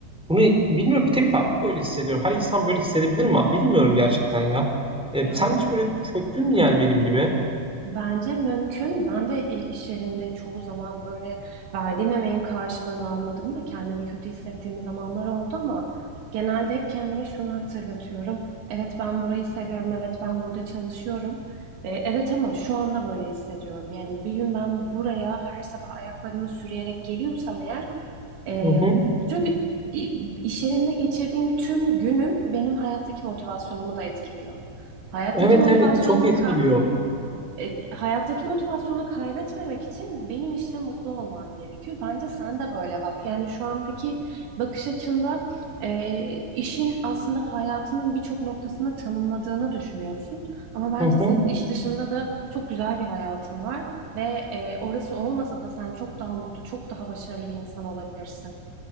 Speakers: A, in the centre; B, on the right (about 75°).
A: bunu bilmiyorum bir tek ben mi böyle hissediyorum? Her insan böyle hissedebilir mi? Bilmiyorum gerçekten ya. E,
B: Yani
A: sen hiç böyle çöktün mü yani benim gibi?
B: Bence mümkün. Ben de i- iş yerinde çoğu zaman böyle verdiğim emeğin karşılığını almadım da kendimi kötü hissettiğim zamanlar oldu ama genelde hep kendime şunu hatırlatıyorum. Evet ben burayı seviyorum. Evet ben burada çalışıyorum. E, evet ama şu anda böyle hissediyorum. Yani bir gün ben buraya her sabah ayaklarımı sürüyerek geliyorsam eğer e,
A: Hı hı.
B: çünkü i- iş yerinde geçirdiğim tüm günüm benim hayattaki motivasyonumu da etkiliyor. Hayattaki
A: Evet
B: motivasyonumu
A: evet çok etkiliyor.
B: ka- e, hayattaki motivasyonu kaybetmemek için benim işte mutlu olmam gerekiyor. Bence sen de böyle bak. Yani şu andaki bakış açında e, işin aslında hayatının birçok noktasını tanımladığını düşünüyorsun. Ama bence
A: Hı
B: senin
A: hı.
B: iş dışında da çok güzel bir hayatın var ve e, orası olmasa da sen çok daha mutlu, çok daha başarılı bir insan olabilirsin.